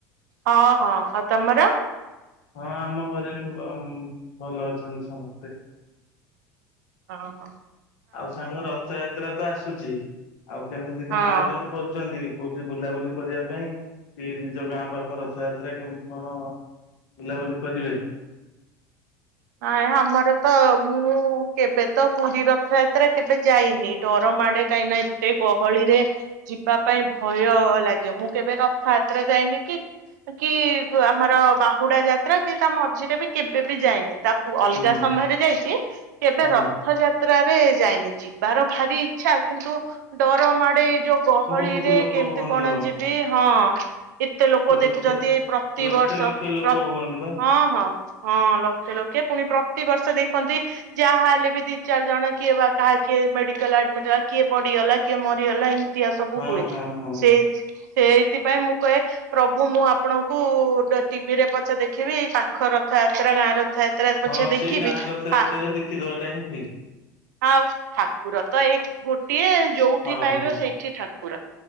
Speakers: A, on the right; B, on the left.
A: ହଁ ହଁ ଆଉ ତମର
B: ହଁ ଆମ ଘରେ ବି ଭଲ ଅଛନ୍ତି ସମସ୍ତେ
A: ହଁ ହୋ
B: ଆଉ ସାଙ୍ଗ ରଥଯାତ୍ରା ତ ଆସୁଛି, ଆଉ କେମିତି
A: ହଁ
B: କଣ ଆୟୋଜନ କରୁଛନ୍ତି। କୋଉଠି ବୁଲାବୁଲି କରିବା ପାଇଁ କି ନିଜ ଗାଁ ପାଖ ରଥଯାତ୍ରା କେମିତି କଣ ବୁଲାବୁଲି କରିବେ କୋ
A: ନାଇଁ ଆମର ତ ମୁଁ କେବେ ତ ପୁରୀ ରଥଯାତ୍ରା କେବେ ଯାଇନି। ଡର ମାଡେ କାହିଁକି ନା ଏତେ ଗହଳିରେ ଯିବା ପାଇଁ ଭୟ ଲାଗେ ମୁଁ କେବେ ରଥଯାତ୍ରା ଯାଇନି କି କି ଆମର ବାହୁଡା ଯାତ୍ରା କି ତା ମଝିରେ ବି କେବେ ବି ଯାଇନି। ତା ଅଲଗା
B: ହୁଁ
A: ସମୟରେ ଯାଇଛି କେବେ
B: ହଁ।
A: ରଥଯାତ୍ରା ଯାଇନି ଯିବାର ଭାରି ଇଚ୍ଛା କିନ୍ତୁ ଡର ମାଡେ। ଯୋଉ ଗହଳିରେ
B: ବହୁତ ଲୋକ
A: କେମିତି
B: ହୁଅନ୍ତି
A: କଣ
B: ହଁ
A: ଯିବି ହଁ। ଏତେ ଲୋକ
B: ଲକ୍ଷେ
A: ଦେଖୁଛନ୍ତି ଏ ପ୍ରତିବର୍ଷ
B: ଲକ୍ଷେ ଲକ୍ଷେ ଲୋକ
A: ହଁ
B: ହୁଅନ୍ତି ବା
A: ହଁ ହଁ ଲକ୍ଷ ଲକ୍ଷ ପ୍ରତିିବର୍ଷ ଦେଖନ୍ତି ଯାହା ହେଲେ ବି ଦି ଚାରି ଜଣ କିଏ ବା କାହା କିଏ ମେଡିକାଲ ଆଡମିଟ୍ଲା କିଏ ପଡିଗଲା କିଏ ମରିଗଲା ଏମ୍ ଏମିତିଆ ସବୁ
B: ହଁ
A: ହୁଏ
B: ହଁ ହଁ।
A: ସେଇ ସେଇଥିପାଇଁ ମୁଁ କହେ ପ୍ରଭୁ ମୁଁ ଆପଣଙ୍କୁ ଟିଭିରେ ପଛେ ଦେଖିବି ଏଇ ପାଖ ରଥଯାତ୍ରା ଗାଁ ର ରଥଯାତ୍ରା ପଛେ
B: ହଁ
A: ଦେଖିବି
B: ସେଇ ଗାଁ ରଥଯାତ୍ରାରେ
A: ହା
B: ଦେଖିଦବାଟା ହିଁ ଠିକ
A: <inaudible> ଆଉ ଠାକୁର ତ ଏକ ଗୋଟେ। ସିଏ ଯୋଉଠି
B: ହଁ
A: ପାଇବେ
B: ହଁ।
A: ସେଇଠି ଠାକୁର।